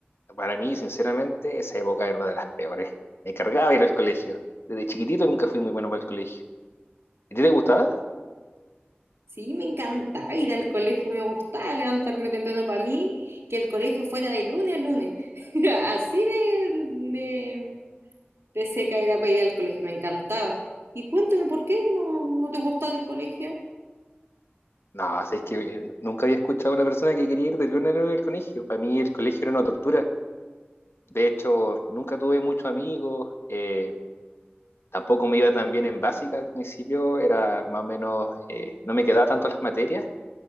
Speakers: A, on the left; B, on the right.
A: para mí, sinceramente, esa época era una de las peores. Me cargaba ir al colegio. Desde chiquitito nunca fui muy bueno para el colegio. ¿A ti te gustaba?
B: Sí, me encantaba ir al colegio, me gustaba levantarme temprano para mí, que el colegio fuera de lunes a lunes. <laughs> Así de, de, de seca era para ir al colegio, me encantaba. Y cuéntame, ¿por qué no, no te gustaba el colegio?
A: No, o es que eh, nunca había escuchado a una persona que quería ir de lunes a lunes al colegio. Para mí el colegio era una tortura. De hecho, nunca tuve muchos amigos. eh, tampoco me iba tan bien en básica al principio. Era más o menos, eh, no me quedaba tanto las materias.